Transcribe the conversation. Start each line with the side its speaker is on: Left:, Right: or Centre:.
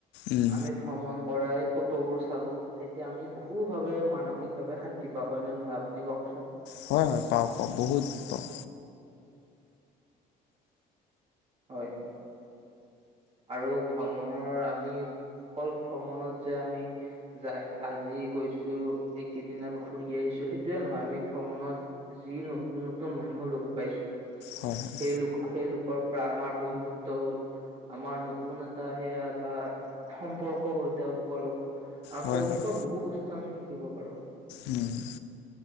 Left: উম
Right: আমি ভ্ৰমণ কৰা এই ফটোবোৰ চালোঁ। তেতিয়া আমি বহুভাৱে মানসিকভাৱে শান্তি পাওঁ হয় নে নহয় আপুনি কওকচোন?
Left: হয় হয়, পাওঁ পাওঁ বহুত পাওঁ।
Right: হয়। আৰু ভ্ৰমণৰ আমি অকল ভ্ৰমণত যে আমি- যাই আজি গৈছো এইকেইদিনাত ঘুৰি আহিছো, সেইটোয়ে নহয় আমি ভ্ৰমণত- যি নতুন নতুন মানুহ লগ পাইছোঁ-
Left: হয় হয়
Right: সেই লোক সেইলোকৰ পৰা আমাৰ বন্ধুত্ব হ'ল। আমাৰ নতুন এটা সেয়া এটা সম্পৰ্ক হ'ল তেওঁলোকৰ লগত। আৰু
Left: হয়
Right: তেওঁলোকৰ
Left: হয়
Right: বহু বস্তু আমি শিকিব পাৰো।
Left: উম'